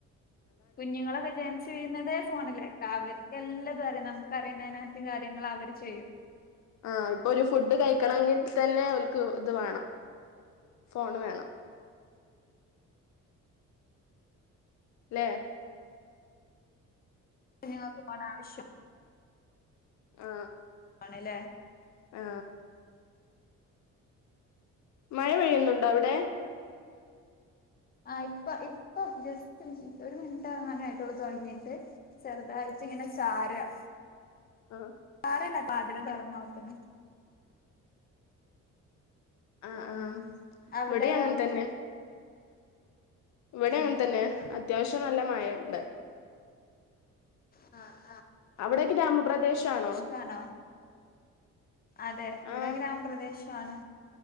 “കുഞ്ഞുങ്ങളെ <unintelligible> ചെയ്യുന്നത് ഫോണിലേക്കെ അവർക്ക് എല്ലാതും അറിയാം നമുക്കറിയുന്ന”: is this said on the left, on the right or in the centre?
Left